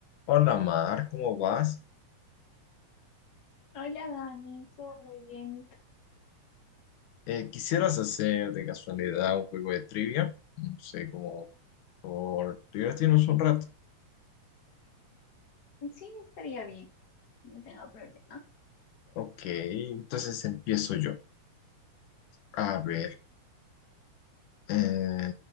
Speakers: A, on the left; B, on the left.
A: Hola Mar, ¿cómo vas?
B: Hola Dani, todo muy bien.
A: Eh, ¿quisieras hacer de casualidad un juego de trivia? No sé, como por divertirnos un rato.
B: Sí, estaría bien, no tengo problema.
A: Ok, entonces empiezo yo. A ver, eh,